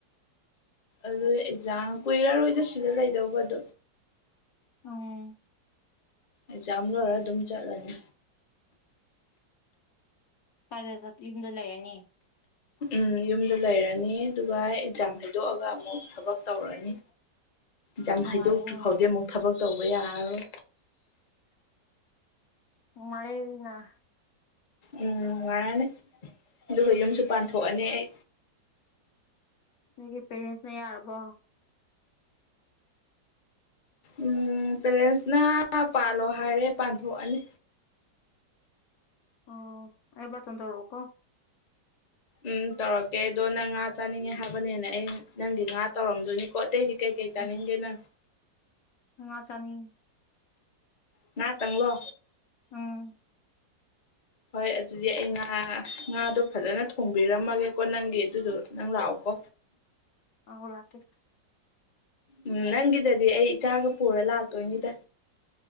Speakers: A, on the left; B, on the left.
A: ꯑꯗꯨ ꯑꯦꯛꯖꯥꯝ ꯀꯨꯏꯔꯔꯣꯏꯗ ꯁꯤꯗ ꯂꯩꯗꯧꯕ ꯑꯗꯨ
B: ꯎꯝ
A: ꯑꯦꯛꯖꯥꯝ ꯂꯣꯏꯔ ꯑꯗꯨꯝ ꯆꯠꯂꯅꯤ
B: <unintelligible> ꯌꯨꯝꯗ ꯂꯩꯔꯅꯤ
A: ꯎꯝ ꯌꯨꯝꯗ ꯂꯩꯔꯅꯤ ꯑꯗꯨꯒ ꯑꯦꯛꯖꯥꯝ ꯍꯥꯏꯩꯗꯣꯛꯑꯒ ꯑꯃꯨꯛ ꯊꯕꯛ ꯇꯧꯔꯅꯤ ꯖꯥꯝ
B: ꯅꯨꯡꯉꯥꯏꯔꯦꯅ
A: ꯍꯩꯗꯣꯛꯇ꯭ꯔꯤ ꯐꯥꯎꯗꯤ ꯑꯃꯨꯛ ꯊꯕꯛ ꯇꯧꯕ ꯌꯥꯔꯣꯏ
B: ꯅꯨꯉꯥꯏꯔꯦꯗꯅ
A: ꯎꯝ ꯉꯥꯏꯔꯅꯤ ꯑꯗꯨꯒ ꯌꯨꯝꯁꯨ ꯄꯥꯟꯊꯣꯛꯑꯅꯤ ꯑꯩ
B: ꯅꯣꯏꯒꯤ ꯄꯦꯔꯦꯟꯁꯅ ꯌꯥꯔꯕꯣ
A: ꯎꯝ ꯄꯦꯔꯦꯟꯁꯅ ꯄꯥꯜꯂꯣ ꯍꯥꯏꯔꯦ ꯄꯥꯟꯊꯣꯛꯑꯅꯤ
B: ꯑꯣ ꯑꯩ ꯕꯥꯔꯇꯣꯟ ꯇꯧꯔꯛꯎꯀꯣ
A: ꯎꯝ ꯇꯧꯔꯛꯀꯦ ꯑꯗꯣ ꯅꯪ ꯉꯥ ꯆꯥꯅꯤꯡꯉꯦ ꯍꯥꯏꯕꯅꯤꯅ ꯑꯩ ꯅꯪꯒꯤ ꯉꯥ ꯇꯧꯔꯝꯗꯣꯏꯅꯤꯀꯣ ꯑꯇꯩꯗꯤ ꯀꯩꯀꯩ ꯆꯥꯅꯤꯡꯒꯦ
B: ꯎꯝ
A: ꯅꯪ
B: ꯉꯥ ꯆꯅꯤꯡꯉꯦ
A: ꯉꯥ ꯇꯪꯂꯣ
B: ꯑ
A: ꯍꯣꯏ ꯑꯗꯨꯗꯤ ꯑꯩ ꯉꯥ ꯉꯥꯗꯣ ꯐꯖꯅ ꯊꯣꯡꯕꯤꯔꯝꯃꯒꯦꯀꯣ ꯅꯪꯒꯤ ꯑꯗꯨꯗꯣ ꯅꯪ ꯂꯥꯛꯑꯣꯀꯣ
B: ꯑꯧ ꯂꯥꯛꯀꯦ
A: ꯎꯝ ꯅꯪꯒꯤꯗꯗꯤ ꯑꯩ ꯏꯆꯥꯒ ꯄꯨꯔ ꯂꯥꯛꯇꯣꯏꯅꯤꯗ